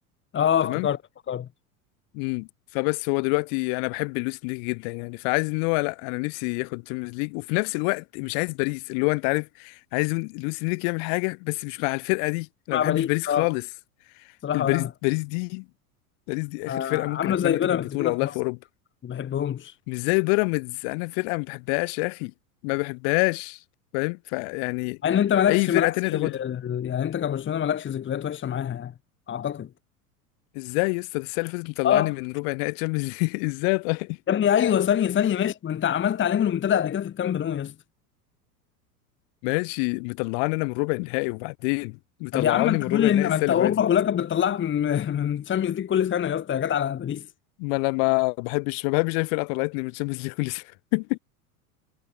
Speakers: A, on the left (about 25°); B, on the left (about 55°).
A: اه
B: تمام
A: افتكرت افتكرت
B: امم فبس هو دلوقتي انا بحب لويس انريكي جدا يعني فعايز ان هو لا انا نفسي ياخد تشامبيونز ليج وفي نفس الوقت مش عايز باريس اللي هو انت عارف عايز لويس انريكي يعمل حاجه بس مش مع الفرقه دي انا
A: مع
B: ما بحبش
A: باريس
B: باريس خالص
A: اه بصراحه
B: الباريس
A: ولا انا
B: باريس دي باريس دي اخر
A: آه
B: فرقه ممكن
A: عامله
B: اتمنى
A: زي
B: تاخد
A: بيراميدز
B: بطوله
A: كده
B: والله
A: في مصر
B: في اوروبا
A: ما بحبهمش
B: مش زي بيراميدز انا فرقه ما بحبهاش يا اخي ما بحبهاش فاهم فيعني
A: مع ان انت مالكش
B: اي فرقه
A: مالكش
B: تانية تاخدها
A: يعني انت كبرشلونه مالكش ذكريات وحشه معاها يعني اعتقد
B: ازاي يا اسطى ده السنه اللي فاتت مطلعني
A: اه
B: من ربع نهائي تشامبيونز ليج <laughs> ازاي طيب
A: يا ابني ايوه ثانيه ثانيه ماشي ما انت عملت عليهم المنتدى قبل كده في الكامب نو يا اسطى
B: ماشي مطلعاني انا من ربع النهائي وبعدين مطلعاني
A: طب يا عم انت
B: من
A: كل
B: ربع النهائي
A: ما
B: السنه
A: انت
B: اللي
A: اوروبا
B: فاتت
A: كلها كانت بتطلعك من <laughs> من تشامبيونز ليج كل سنه يا اسطى يا جدع على باريس
B: ما انا ما بحبش ما بحبش اي فرقه طلعتني من تشامبيونز ليج كل سنه